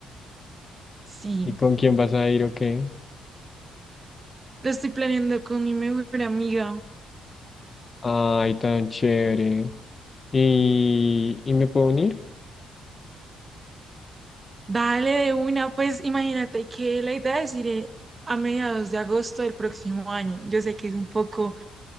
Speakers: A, on the right (about 25°); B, on the left (about 30°).
A: Sí,
B: ¿Y con quién vas a ir o qué?
A: lo estoy planeando con mi mejor amiga.
B: Ay, tan chévere. ¿Y, y me puedo unir?
A: Dale de una, pues imagínate que la idea es ir eh, a mediados de agosto del próximo año. Yo sé que es un poco,